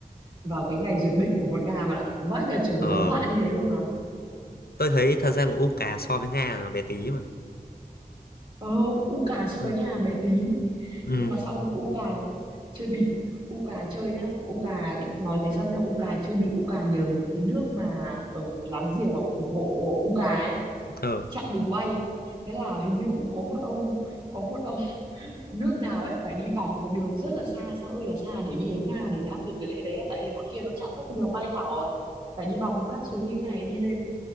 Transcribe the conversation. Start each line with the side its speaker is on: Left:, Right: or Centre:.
Right: vào cái ngày duyệt binh của con Nga bạn ạ vãi cả trưởng
Left: Ờ,
Right: nó dám dọa như thế luôn mà
Left: tôi thấy thật ra là UK so với Nga là nó bé tí mà.
Right: ờ Uka so
Left: Ừ,
Right: với nhà bé tí
Left: ừ,
Right: nhưng mà xong Uka chơi bịp Uka chơi nhá Uka nói thế xong nhá Uka chơi bịp Uka nhờ mấy cái nước mà ở láng giềng mà ủng hộ Uka ấy
Left: ờ,
Right: chặn đường bay thế là hình như cũng có một ông có một ông <laughs> nước nào ấy phải đi vòng một đường rất là xa xa ơi là xa để đi đến Nga để tham dự cái lễ đấy tại vì bọn kia nó chặn mất cái đường bay thẳng rồi phải đi vòng một phát xuống như thế này đi lên